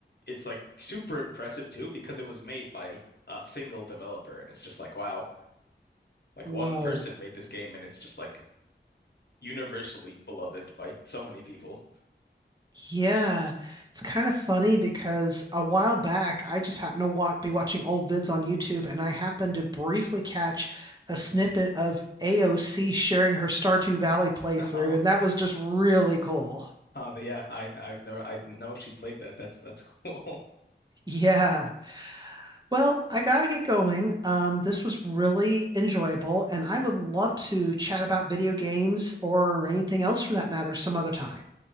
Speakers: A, on the left; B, on the right.
A: it's like super impressive too because it was made by a single developer, and it's just like wow, like
B: Whoa.
A: one person made this game, and it's just like universally beloved by so many people.
B: Yeah, it's kind of funny because a while back I just happened to wa be watching old vids on YouTube and I happened to briefly catch a snippet of AOC sharing her Stardew Valley playthrough,
A: <laughs>
B: and that was just really cool.
A: Oh, yeah, I I've never I didn't know she played that. That's that's cool. <laughs>
B: Yeah. Well, I gotta get going. Um, this was really enjoyable, and I would love to chat about video games or anything else for that matter some other time.